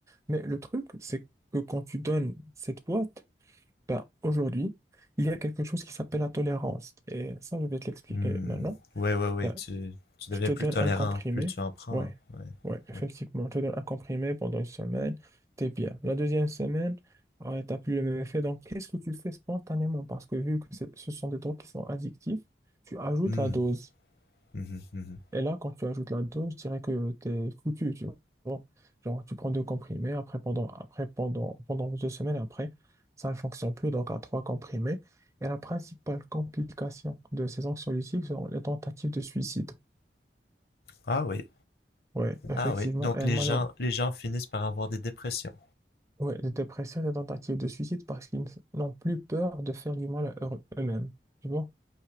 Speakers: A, on the right; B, on the left.
A: Mais le truc, c'est que quand tu donnes cette boîte, ben, aujourd'hui, il y a quelque chose qui s'appelle la tolérance. Et ça, je vais te l'expliquer
B: Hmm.
A: maintenant.
B: Oui, oui, oui.
A: Ben,
B: Tu, tu deviens
A: je te
B: plus
A: donne
B: tolérant,
A: un comprimé.
B: plus tu en prends.
A: Ouais,
B: hein, Ouais.
A: ouais, effectivement.
B: ouais.
A: Je te donne un comprimé pendant une semaine, t'es bien. La deuxième semaine, tu t'as plus le même effet. Donc, qu'est-ce que tu fais spontanément? Parce que vu que c'est- ce sont des drogues qui sont addictives, tu ajoutes
B: Hmm.
A: la dose.
B: Mhm, mhm.
A: Et là, quand tu ajoutes la dose, je dirais que t'es foutu, tu vois. Genre, tu prends deux comprimés, après pendant, après, pendant, pendant deux semaines, et après, ça ne fonctionne plus, donc à trois comprimés. Et la principale complication de ces anxiolytiques sont les tentatives de suicide.
B: Ah oui.
A: Ouais, effectivement,
B: Ah oui. Donc
A: et
B: les
A: malheureusement.
B: gens, les gens finissent par avoir des dépressions.
A: Ouais, les dépressions, les tentatives de suicide parce qu'ils n'ont plus peur de faire du mal à eux- eux-mêmes. Tu vois?